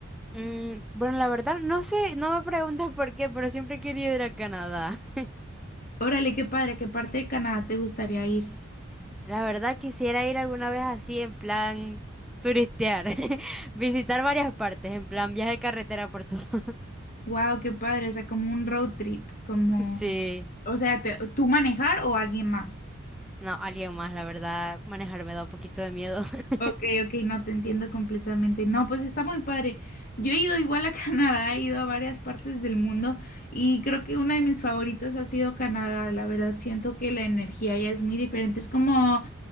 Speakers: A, in the centre; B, on the left.
A: Mm, bueno, la verdad, no sé, no me preguntas por qué, pero siempre he querido ir a Canadá. <laughs>
B: Órale, qué padre, ¿a qué parte de Canadá te gustaría ir?
A: La verdad, quisiera ir alguna vez así, en plan turistear, <laughs> visitar varias partes, en plan viaje de carretera por todo. <laughs>
B: Wow, qué padre, o sea, como un road trip, como,
A: Sí,
B: o sea, te- ¿tú manejar o alguien más?
A: no, alguien más, la verdad, manejar me da un poquito de miedo. <laughs>
B: Ok, ok, no te entiendo completamente. No, pues está muy padre. Yo he ido igual a <laughs> Canadá, he ido a varias partes del mundo y creo que una de mis favoritas ha sido Canadá. La verdad, siento que la energía ya es muy diferente. Es como